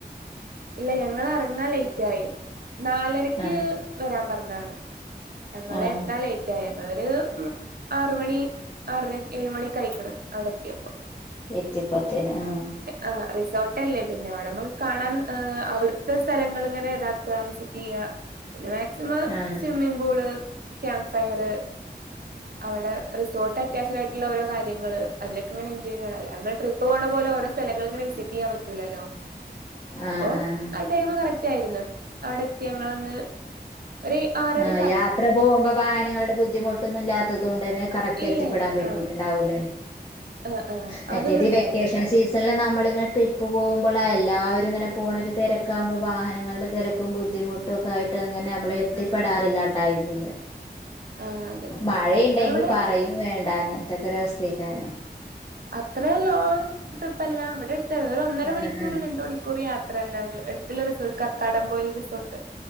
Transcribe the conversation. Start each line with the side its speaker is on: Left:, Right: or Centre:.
Right: ഇല്ല ഞങ്ങള് എറങ്ങാൻ ലേറ്റ് ആയി നാലരയ്ക്ക്
Left: ആഹ്
Right: വരാൻ പറഞ്ഞതാണ്. ഞങ്ങളെ
Left: ആഹ്
Right: എത്താൻ ലെ റ്റ് ആയി ഞങ്ങളൊരു ഒരു ആറ് മണി ആറര ഏഴ്മണിക്കെ അയ്ക്ക്ണ് അവ്ടെത്ത്യേപ്പൊ.
Left: എത്തിയപ്പോത്തിന് ആ
Right: ആ റിസോർട്ടല്ലേ പിന്നെ അവ്ടെമ്മക്ക് കാണാൻ അവിട്ത്തെ സ്ഥലങ്ങള് ഇങ്ങനെ ഇതാ വിസിറ്റ് ചെയ്യ പിന്നെ മാക്സിമം
Left: ആഹ്
Right: സ്വിമ്മിംങ്ങ് പൂള് ക്യാമ്പ് ഫയർ. അവ്ടെ റിസോർട്ട് അറ്റാച്ചഡ് ആയിട്ടുള്ള ഓരോ കാര്ങ്ങള് അയ്ലൊക്കെങ്ങനെ എൻജോയ് ചെയ്യ ട്രിപ്പ ഡ്രിപ്പ് പോണ പോലെ ഒരോ സ്ഥലങ്ങള് ഇങ്ങനെ വിസിറ്റ് ചെയ്യാൻ പറ്റൂലല്ലോ. അപ്പോം
Left: ആഹ് ആഹ്
Right: ആ ടൈമ് കറക്റ്റ് ആയിരുന്ന് അവ്ടെത്തി ഞങ്ങളൊന്ന് ഒരു ആറര
Left: ആഹ് യാത്ര പോകുമ്പോ വാഹനങ്ങളുടെ ബുദ്ധിമുട്ടൊന്നും ഇല്ലത്തത് കൊണ്ട് തന്നെ കറക്റ്റ്
Right: ഇല്ല
Left: എത്തിപ്പെടാൻ
Right: ഇല്ല
Left: പറ്റിട്ടുണ്ടാവൂല്ലേ.
Right: ആഹ് ആഹ് ആഹ്
Left: മറ്റേത്
Right: അതൊന്നും
Left: ഈ
Right: ഉണ്ടായിരുന്നില്ല
Left: വെക്കേഷൻ സീസ് സൺല് നമ്മളിങ്ങനെ ട്രിപ്പ് പോകുമ്പള് എല്ലാരും ഇങ്ങനെ പോണ ഒരു തിരക്കാവുമ്പോ വാഹനങ്ങളുടെ തിരക്കും ബുദ്ധിമുട്ടും. ട്ടും ഒക്കെ ആയിട്ട് അങ്ങനെ നമ്മള് എത്തിപ്പെടാറില്ല
Right: ഉം ഉം
Left: ആ ടൈമില്.
Right: ആഹ് അതെ
Left: മഴയുണ്ടെങ്കി
Right: നമ്മളിവിടെ
Left: പറയും വേണ്ട അങ്ങനത്തക്കെ ഒരു അവസ്ഥേക്കാരം.
Right: അത്ര ലോങ് ട്രിപ്പ് അല്ല ഇവിടെ എടുത്തായിരുന്നു ഒരു ഒന്നര
Left: ആഹ്
Right: മണിക്കൂറ്
Left: ആഹ്
Right: രണ്ട് മണിക്കൂറ്. ക്കൂറ് യാത്രയല്ല ഒരു എട്ത്തുള്ള റിസോർട്ട് കക്കാടം പൊയിൽ റിസോർട്ട്.